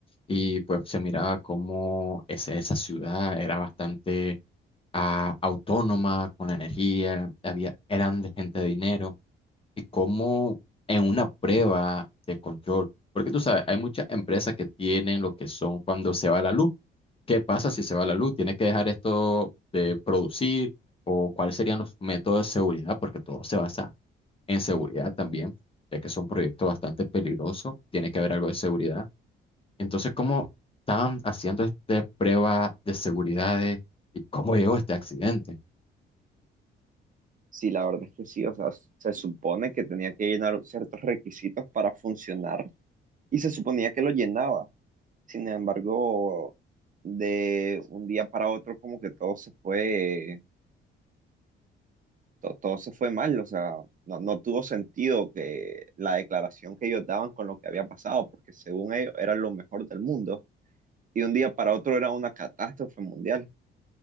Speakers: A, on the left; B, on the right.
A: y pues se miraba cómo esa, esa ciudad era bastante ah, autónoma, con energía, había, eran de gente de dinero y cómo en una prueba de control, porque tú sabes, hay muchas empresas que tienen lo que son cuando se va la luz. ¿Qué pasa si se va la luz? ¿Tienes que dejar esto de producir? ¿O cuáles serían los métodos de seguridad? Porque todo se basa en seguridad también, ya que es un proyecto bastante peligroso, tiene que haber algo de seguridad. Entonces, ¿cómo estaban haciendo esta prueba de seguridad de- y cómo llegó este accidente?
B: Sí, la verdad es que sí, o sea, se supone que tenía que llenar ciertos requisitos para funcionar y se suponía que lo llenaba. Sin embargo, de un día para otro como que todo se fue to- todo se fue mal, o sea, no, no tuvo sentido que la declaración que ellos daban con lo que había pasado, porque según ellos era lo mejor del mundo, y un día para otro era una catástrofe mundial.